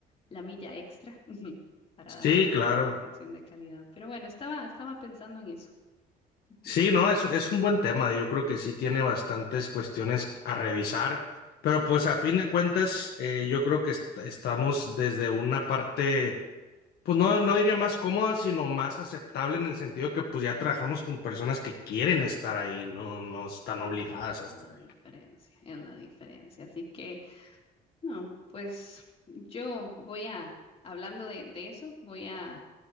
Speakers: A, on the left (about 35°); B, on the left (about 70°).
A: la milla extra <laughs> para
B: Sí,
A: dar una
B: claro.
A: educación de calidad. Pero bueno, estaba, estaba pensando en eso. Ujú.
B: Sí, no, es, es un buen tema. Yo creo que sí tiene bastantes cuestiones a revisar, pero pues a fin de cuentas, eh, yo creo que est- estamos desde una parte, pues no, no diría más cómoda, sino más aceptable en el sentido que pues ya trabajamos con personas que quieren estar ahí, no, no están
A: Es
B: obligadas
A: la
B: a estar ahí.
A: diferencia, es la diferencia. Así que, no, pues yo voy a, hablando de, de eso, voy a,